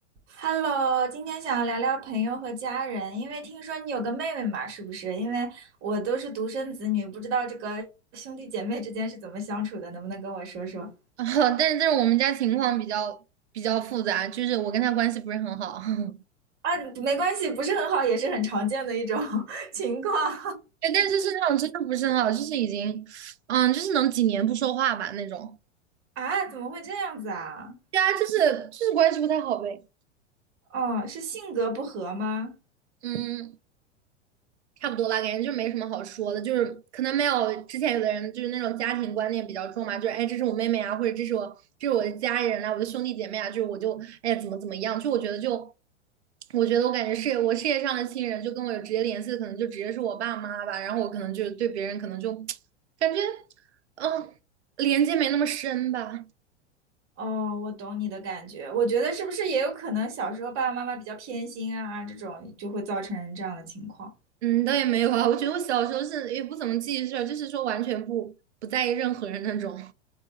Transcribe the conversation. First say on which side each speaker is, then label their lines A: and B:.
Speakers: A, on the right (about 35°); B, on the right (about 65°).
A: Hello，今天想要聊聊朋友和家人，因为听说你有个妹妹嘛，是不是？因为我都是独生子女，不知道这个兄弟姐妹之间是怎么相处的，能不能跟我说说？
B: <laughs> 但是但是我们家情况比较比较复杂，就是我跟他关系不是很好，<laughs>
A: 啊，没关系，不是很好，也是很常见的一种 <laughs> 情况
B: 对，但是是那种真的不是很好，就是已经，嗯，就是能几年不说话吧那种，
A: 啊，怎么会这样子啊？
B: 对啊，就是就是关系不太好呗，
A: 哦，是性格不合吗？
B: 嗯。差不多吧，感觉就没什么好说的，就是可能没有之前有的人就是那种家庭观念比较重嘛，就是哎，这是我妹妹啊，或者这是我这是我的家人啊，我的兄弟姐妹啊，就是我就哎呀怎么怎么样，就我觉得就我觉得我感觉是我事业上的亲人，就跟我有直接联系的，可能就直接是我爸妈吧，然后我可能就对别人可能就感觉嗯连接没那么深吧，
A: 哦，我懂你的感觉，我觉得是不是也有可能小时候爸爸妈妈比较偏心啊，这种就会造成这样的情况。
B: 嗯，倒也没有啊，我觉得我小时候是也不怎么记事儿就是说完全不不在意任何人那种。